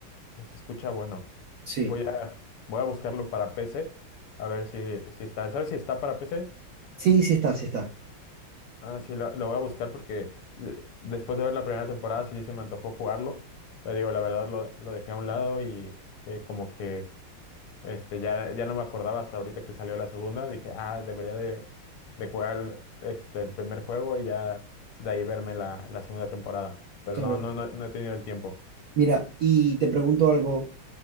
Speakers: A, on the left; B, on the right.
A: Se escucha bueno.
B: Sí,
A: Voy a, voy a buscarlo para PC. A ver si, si está. ¿Sabes si está para PC?
B: sí, sí está, sí está.
A: Ah, sí, lo, lo voy a buscar porque de- después de ver la primera temporada sí se me antojó jugarlo. Pero digo, la verdad lo, lo dejé a un lado y eh, como que este, ya, ya no me acordaba hasta ahorita que salió la segunda. Dije, ah, debería de, de jugar este, el primer juego y ya de ahí verme la, la segunda temporada. Pero
B: Claro.
A: no, no, no, no he tenido el tiempo.
B: Mira, y te pregunto algo.